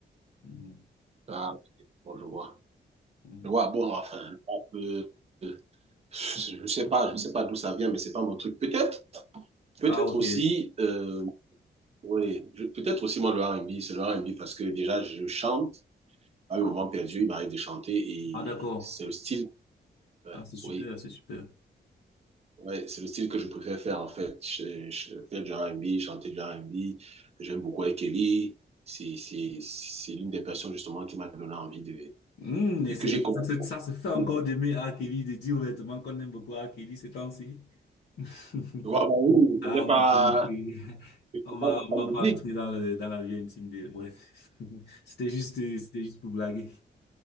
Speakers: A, on the left; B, on the right.
A: Mhm.
B: Ah, ok. bon, je vois.
A: Mhm.
B: Je vois, bon, enfin, le rap, euh, euh, je sais pas, je sais pas d'où ça vient, mais c'est pas mon truc. Peut-être, peut-être
A: Ah, ok.
B: aussi, euh, oui, je- peut-être aussi, moi, le R&B, c'est le R&B parce que déjà, je chante. À un moment perdu, il m'arrive de chanter et
A: Ah, d'accord.
B: c'est le style. ouais,
A: Ah, c'est super,
B: Oui.
A: c'est super.
B: Ouais, c'est le style que je préfère faire en fait. Je, je- faire du R&B, chanter du R&B. J'aime beaucoup Kelly. C'est c'est- c'est l'une des personnes justement qui m'a donné envie de,
A: Hmm, et
B: de que
A: c'est-
B: j'ai commencé.
A: ça, se ça se fait encore
B: Tu
A: d'aimer Akili. Kelly, de dire ouvertement qu'on aime beaucoup Akili ces temps-ci. <laughs>
B: vois, bah oui,
A: Ah,
B: je ne
A: on
B: pas,
A: va pas entrer,
B: je
A: on
B: sais pas
A: va,
B: de
A: on
B: sa
A: va
B: musique.
A: pas entrer dans le, dans la vie intime de, bref. <laughs> C'était juste, c'était juste pour blaguer.